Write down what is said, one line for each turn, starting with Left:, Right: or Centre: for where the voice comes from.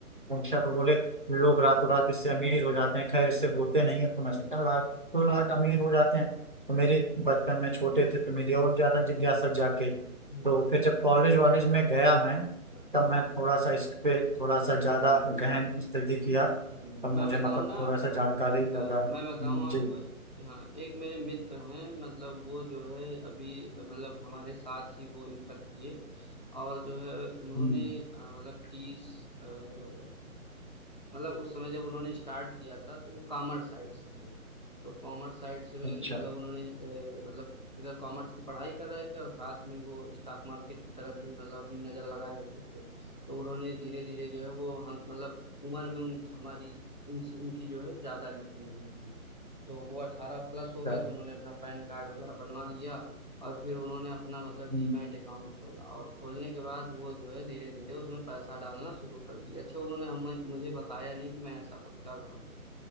Right: पूछा तो बोले लोग रातों रात इससे अमीर हो जाते हैं खैर
Left: हम्म
Right: इससे होते नहीं है तो मैं सोचा लाख तो लाख
Left: हम्म,
Right: अमीर हो जाते हैं तो मेरे बचपन में छोटे थे तो मेरी और ज्यादा जिज्ञासा जाग गई
Left: हम्म,
Right: तो फिर जब कॉलेज वॉलेज में गया मैं
Left: अच्छा
Right: तब मैं थोड़ा सा इस पे थोड़ा सा ज्यादा
Left: हम्म
Right: गहन स्टडी किया
Left: हम्म,
Right: तब
Left: मैं
Right: मुझे
Left: बताऊं
Right: मतलब
Left: ना
Right: थोड़ा
Left: आपको
Right: सा जानकारी लगा
Left: अ, मैं बताऊं
Right: हम्म,
Left: आपको
Right: जी
Left: हाँ एक मेरे मित्र हैं मतलब वो जो है अभी अ, मतलब हमारे साथ ही वो इंटर किए और जो है उन्होंने
Right: हम्म,
Left: अ, मतलब तीस अ, मतलब उस समय जब उन्होंने स्टार्ट किया था तो वो कॉमर्स साइड से थे तो कॉमर्स साइड से में
Right: अच्छा
Left: मतलब उन्होंने अ, मतलब इधर कॉमर्स की पढ़ाई कर रहे थे और साथ में वो स्टॉक मार्केट की तरफ भी मतलब अपनी नजर लगाए हुए थे तो उन्होंने धीरे धीरे जो है वो हम मतलब उम्र में उन हमारी उनसे उनकी जो है ज्यादा लिखी हुई थी तो वो अठारह प्लस हो
Right: अच्छा
Left: गए तो उन्होंने अपना पैन कार्ड वगैरह बनवा लिया और फिर उन्होंने अपना मतलब
Right: हम्म,
Left: डीमैट अकाउंट खोला और खोलने के बाद वो जो है धीरे धीरे उसमें पैसा डालना शुरू कर दिया अच्छा उन्होंने हमें मुझे बताया नहीं कि मैं ऐसा कुछ कर रहा हूँ